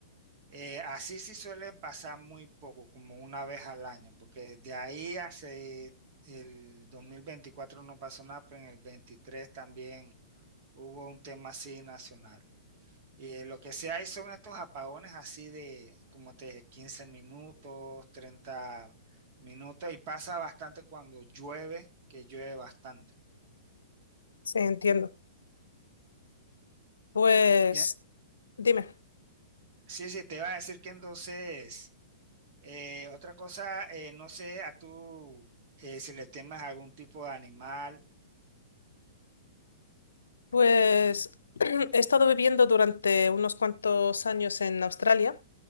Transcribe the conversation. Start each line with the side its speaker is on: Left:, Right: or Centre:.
Right: eh, así sí suelen pasar muy poco, como una vez al año, porque de ahí hace el 2024 no pasó nada, pero en el 23 también hubo un tema así nacional. Y eh, lo que sí hay son estos apagones así de, como te dije, 15 minutos, treinta minutos, y pasa bastante cuando llueve, que llueve bastante.
Left: sí, entiendo. Pues,
Right: Y, eh,
Left: dime,
Right: sí, sí, te iba a decir que entonces Eh, otra cosa, eh, no sé a tú eh, si le temas a algún tipo de animal.
Left: pues <clears throat> he estado viviendo durante unos cuantos años en Australia